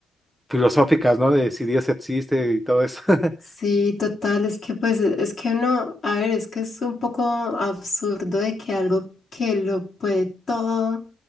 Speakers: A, in the centre; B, on the left.
A: filosóficas, ¿no? De si Dios existe y todo eso. <laughs>
B: Sí, total, es que pues e, es que uno, a ver, es que es un poco absurdo de que algo que lo puede todo